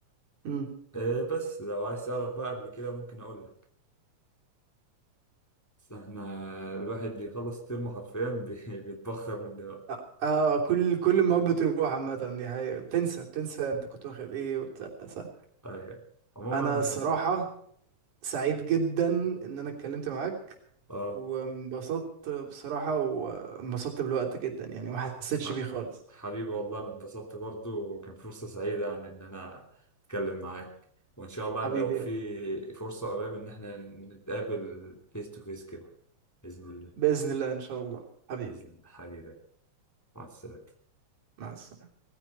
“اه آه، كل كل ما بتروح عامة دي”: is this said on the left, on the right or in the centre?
Right